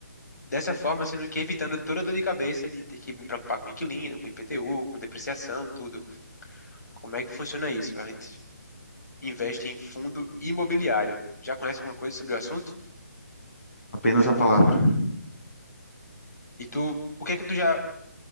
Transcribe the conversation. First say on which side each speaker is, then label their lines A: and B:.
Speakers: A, on the left (about 80°); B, on the left (about 50°).
A: dessa forma, sendo que evitando toda a dor de cabeça de ter que me preocupar com inquilino, com IPTU, com depreciação, tudo. Como é que funciona isso? A gente investe em fundo imobiliário. Já conhece alguma coisa sobre o assunto?
B: Apenas a palavra.
A: E tu, o que é que tu já.